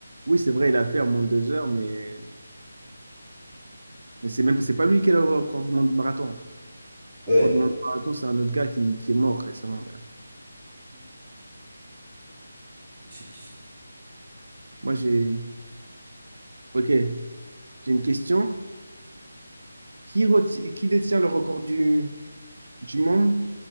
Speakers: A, on the right (about 85°); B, in the centre.
A: oui, c'est vrai, il a fait en moins de deux heures, mais, mais c'est même, c'est pas lui qui est le record du monde du marathon. Le
B: Ouais.
A: record du monde du marathon, c'est un autre gars qui, qui est mort récemment. d'ailleurs.
B: C'est qui ça?
A: Moi, j'ai. Ok, j'ai une question. Qui, reti- qui détient le record du, du monde